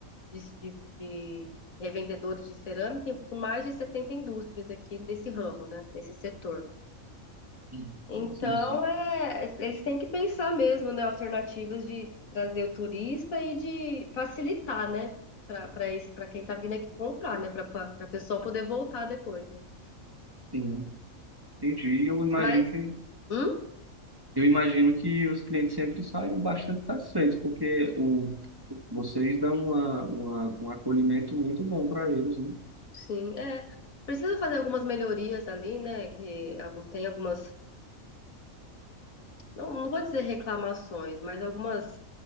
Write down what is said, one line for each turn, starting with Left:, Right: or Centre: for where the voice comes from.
Left: de, de- de revendedores de cerâmica e com mais de 70 indústrias aqui nesse ramo, né? Nesse setor.
Right: Sim,
Left: Então,
Right: sim, sim.
Left: é, eles têm que pensar mesmo, né? Alternativas de trazer o turista e de facilitar, né? Para esse, para quem tá vindo aqui comprar, né? Para a pessoa poder voltar depois, né?
Right: né? Entendi. E eu imagino
Left: Mas,
Right: que
Left: hum?
Right: eu imagino que os clientes sempre saem bastante satisfeitos, porque o, vocês dão uma, uma, um acolhimento muito bom para eles, né?
Left: Sim, é. Precisa fazer algumas melhorias ali, né? Que algum- tem algumas não, não vou dizer reclamações, mas algumas